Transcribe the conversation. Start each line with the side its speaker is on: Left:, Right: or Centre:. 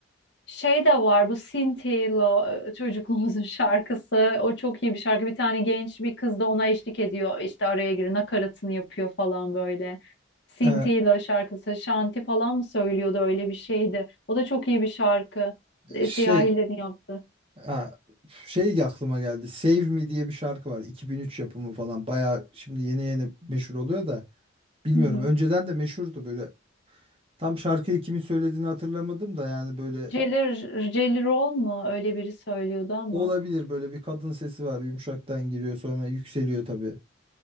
Left: Şey de var bu Sintilo çocukluğumuzun <laughs> şarkısı. O çok iyi bir şarkı. Bir tane genç bir kız da ona eşlik ediyor. İşte araya girip nakaratını yapıyor falan böyle. Sintilo
Right: Ee,
Left: şarkısı. Şanti falan mı söylüyordu öyle bir şeydi. O da çok iyi bir şarkı. E,
Right: şey
Left: Siyahilerin yaptı.
Right: ha, şey aklıma geldi. Save Me diye bir şarkı var. 2003 yapımı falan. Bayağı şimdi yeni yeni meşhur oluyor da bilmiyorum.
Left: Hı hı.
Right: Önceden de meşhurdu böyle. Tam şarkıyı kimin söylediğini hatırlamadım da yani böyle
Left: Jelly, Jelly Roll mu? Öyle biri söylüyordu ama.
Right: olabilir böyle bir kadın sesi var. Yumuşaktan giriyor sonra yükseliyor tabii.